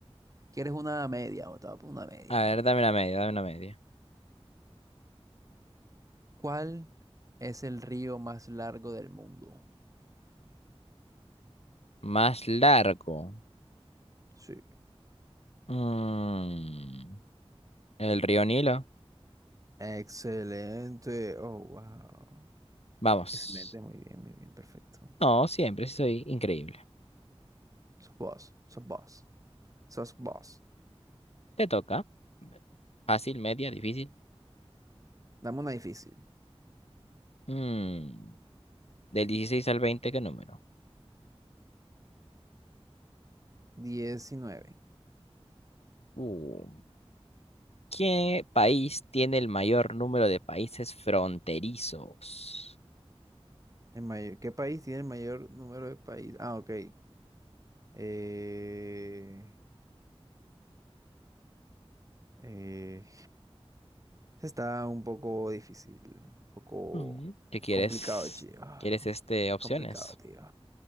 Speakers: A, on the right; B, on the left.
A: ¿Quieres una media? O te voy a poner una media,
B: A ver,
A: media.
B: dame una media, dame una media.
A: ¿Cuál es el río más largo del mundo?
B: Más largo.
A: Sí.
B: Mm, el río Nilo.
A: Excelente. Oh, wow.
B: Vamos.
A: Excelente, muy bien, muy bien, perfecto.
B: No, siempre sí soy increíble.
A: Sos vos, sos vos, sos vos.
B: Te toca. Fácil, media, difícil.
A: Dame una difícil.
B: Mm, del 16 al 20, ¿qué número?
A: Diecinueve.
B: Uh, ¿qué país tiene el mayor número de países fronterizos?
A: El mayor, ¿qué país tiene el mayor número de países? Ah, ok. Eh, eh, Está un poco difícil, un poco
B: Mm, ¿Qué quieres?
A: complicado, tío.
B: ¿Quieres este opciones?
A: Complicado, tío.